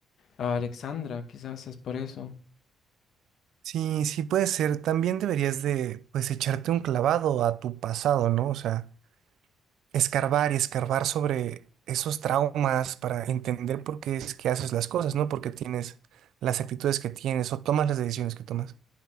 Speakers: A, on the left (about 65°); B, on the right (about 80°).
A: a Alexandra, quizás es por eso.
B: Sí, sí puede ser. También deberías de, pues, echarte un clavado a tu pasado, ¿no? O sea, escarbar y escarbar sobre esos traumas para entender por qué es que haces las cosas, ¿no? Porque tienes las actitudes que tienes o tomas las decisiones que tomas.